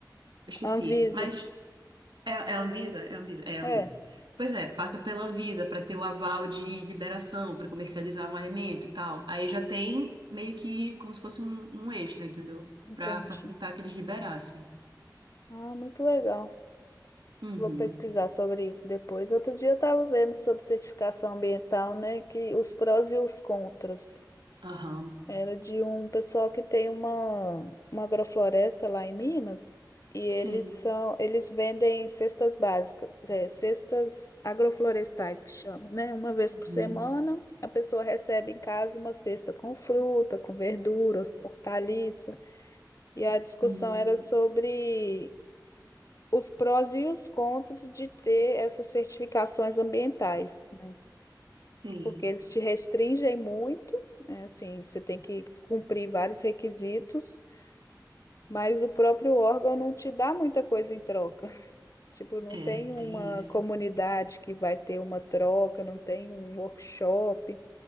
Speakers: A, on the right (about 85°); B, on the left (about 45°).
A: eu esqueci,
B: Anvisa.
A: mas é, é a Anvisa? É a Anvisa? É a
B: É,
A: Anvisa. Pois é, passa pela Anvisa para ter o aval de liberação, para comercializar um alimento e tal. Aí já tem meio que como se fosse um, um extra, entendeu?
B: entendi.
A: Para facilitar que eles liberassem.
B: Ah, muito legal.
A: Uhum.
B: Vou pesquisar sobre isso depois. Outro dia eu estava vendo sobre certificação ambiental, né? Que os prós e os contras.
A: Aham.
B: Era de um pessoal que tem uma, uma agrofloresta lá em Minas e eles
A: Sim.
B: são eles vendem cestas básicas, é, cestas agroflorestais que chama, né? Uma vez por semana
A: Uhum.
B: a pessoa recebe em casa uma cesta com fruta, com verduras, hortaliça. E a discussão
A: Uhum.
B: era sobre os prós e os contras de ter essas certificações ambientais. né?
A: Sim.
B: porque eles te restringem muito, né? Assim, você tem que cumprir vários requisitos, mas o próprio órgão não te dá muita coisa em troca. <laughs> Tipo, não
A: É,
B: tem uma
A: tem isso.
B: comunidade que vai ter uma troca, não tem um workshop.